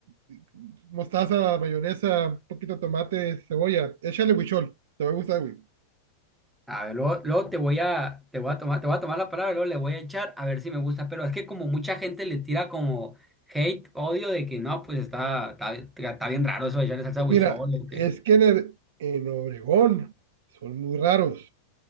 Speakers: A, on the right; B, in the centre.
A: y mostaza, mayonesa, un poquito de tomate, cebolla. Échale huichol. Te va a gustar, güey.
B: A ver, luego, luego te voy a te voy a tomar te voy a tomar la palabra, y luego le voy a echar a ver si me gusta, pero es que como mucha gente le tira como hate, odio de que no, pues está está, está bien raro eso de echarle salsa huichol
A: Mira,
B: o que
A: es que en, el- en Obregón son muy raros.